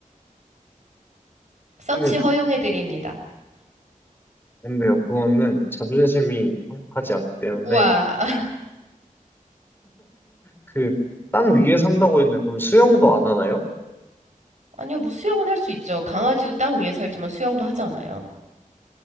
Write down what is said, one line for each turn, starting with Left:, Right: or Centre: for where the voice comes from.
Right: 서치
Left: 근데,
Right: 허용해드립니다.
Left: 근데요, 그거는 자존심이 허락하지 않기 때문에
Right: 우와. <laughs>
Left: 그 땅 위에 산다고 했는데 그럼 수영도 안 하나요?
Right: 아니요, 뭐 수영은 할 수 있죠. 강아지도 땅 위에 살지만 수영도 하잖아요.